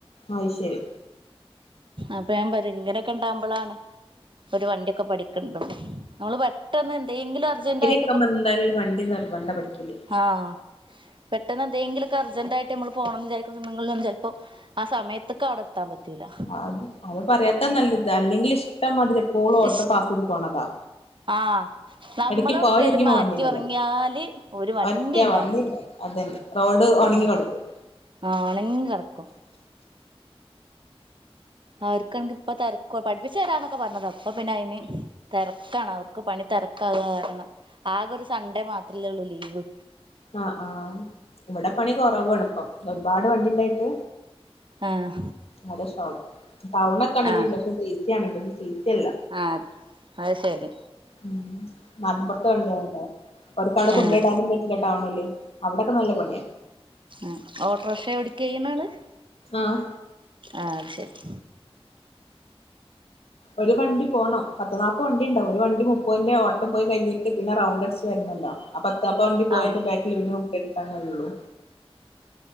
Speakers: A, on the left (about 75°); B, on the right (about 55°).
A: അയ്ശരി.
B: അപ്പ ഞാൻ പറയും ഇങ്ങനെയൊക്കെ ഇണ്ടാവുമ്പോളാണ് ഒരു വണ്ടിയൊക്കെ പഠി <unintelligible> നമ്മള് പെട്ടന്ന് എന്തേങ്കിലും അർജന്റായി
A: പ്പ മ്മള് എന്തായാലും ഒരു വണ്ടി നിർബന്ധ പഠിക്കല്
B: ആഹ് പെട്ടെന്ന് എന്തേങ്കിലൊക്കെ അർജന്റായിട്ട് നമ്മള് പോണംന്ന് വിചാരിക്കുന്ന സമയങ്ങളിൽ ചിലപ്പോ ആ സമയത്ത്ക്ക് അടെ എത്താൻ പറ്റൂല്ല.
A: അത് അത് പറയാത്തതാ നല്ലത് അല്ലെങ്കിൽ ഇഷ്ടംമാതിരി എപ്പോളും ഓട്ടോ
B: ഇഷ്
A: പാസ് ചെയ്ത് പോണതാ.
B: ആഹ് നമ്മൾ
A: ഇടയ്ക്ക്
B: എവിടേക്കേലും
A: പോവാ വിചാരിക്കുമ്പോ
B: മാറ്റി
A: വണ്ടിണ്ടാവില്ല
B: എറങ്ങ്യാല് ഒരു വണ്ടിണ്ടാവൂല.
A: ഒറ്റ വണ്ടിണ്ടാവും അതന്നെ റോഡ് ഒണങ്ങി
B: ഏഹ്
A: കെടക്കും
B: ആണെങ്കി കറക്കും അവർക്ക് ആണെങ്കിപ്പ തെരക്ക്വാ പഠിപ്പിച്ചു തരാന്നൊക്കെ പറഞ്ഞതാ. പ്പ പിന്നെ അയിന് തെരക്കാണ് അവർക്ക് പണി തെരക്കാവേ കാരണം. ആകെ ഒരു സൺഡേ മാത്രല്ലേള്ളൂ ലീവ്.
A: ആഹ് ആഹ് ഇവടെ പണി കൊറവാണ് ഇപ്പം. ഒരുപാട് വണ്ടിണ്ടായിട്ട്
B: ആഹ്
A: <unintelligible> ടൗൺ ഒക്കെ ആണെങ്കിണ്ട്
B: ആഹ്
A: പക്ഷെ സി സി ആണെങ്കില് സി സി അല്ല.
B: ആഹ് അത് ശരി.
A: ഉം <unintelligible> ണ്ടോ ഓര്ക്ക് അവടെ
B: ആഹ്
A: കൊണ്ട് ഇടാനും പറ്റില്ല ടൗണില് അവിടോക്കെ നല്ല പണിയാ.
B: ങ്ഹ് ഓട്ടോർഷ ഓടിക്ക ചെയ്യണ് ആള്?
A: ആഹ്
B: ആഹ് അതു ശരി.
A: ഒരു വണ്ടി പോണം. പത്ത് നാപ്പത് വണ്ടിണ്ടാവും. ഒരു വണ്ടി മുപ്പതിന്റെ ഓട്ടം പോയി കഴിഞ്ഞിട്ട് പിന്നെ റൗണ്ട് അടിച്ച് വരുന്നല്ലോ അപ്പ <unintelligible> വണ്ടി പോയന്റെ
B: ആ
A: ബാക്കിലേ പിന്നെ നമ്മുക്ക് എടുക്കാൻ കയ്യുള്ളൂ.